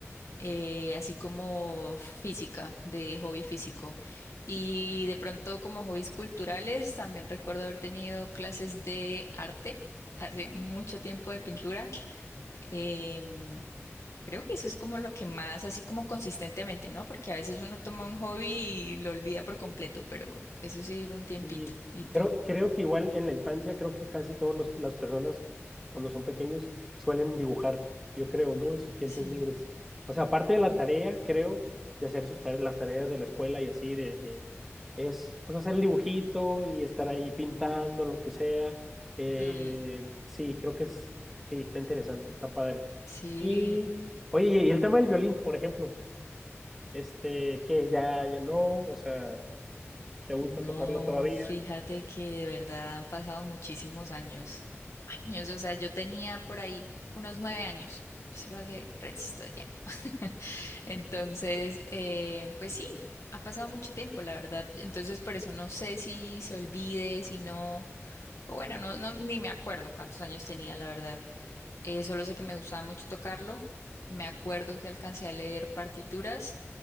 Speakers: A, on the left; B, in the centre.
A: eh, así como física, de hobby físico. Y de pronto como hobbies culturales, también recuerdo haber tenido clases de arte. Hace mucho tiempo de pintura. Em, Creo que eso es como lo que más, así como consistentemente, ¿no? Porque a veces uno toma un hobby y lo olvida por completo, pero eso sí dura un tiempito.
B: Sí,
A: ¿Y tú?
B: creo, creo que igual en la infancia, creo que casi todas las personas cuando son pequeños suelen dibujar, yo creo, ¿no? En sus tiempos
A: Sí.
B: libres. O sea, aparte de la tarea, creo, de hacer sus tare- las tareas de la escuela y así, de, de- es pues hacer el dibujito y estar ahí pintando, lo que sea. Eh,
A: Mm,
B: sí, creo que es, sí, está interesante, está padre.
A: sí.
B: Y, oye, y el tema del violín, por ejemplo, este, que ya, ya no, o sea... ¿Te gusta
A: No,
B: tocarlo No. todavía?
A: fíjate que de verdad han pasado muchísimos años. Años, o sea, yo tenía por ahí unos nueve años. Eso fue hace resto de tiempo. <laughs> Entonces, eh, pues sí, ha pasado mucho tiempo, la verdad. Entonces, por eso no sé si se olvide, si no. O Bueno, no, no, ni me acuerdo cuántos años tenía, la verdad. Eh, solo sé que me gustaba mucho tocarlo. Me acuerdo que alcancé a leer partituras,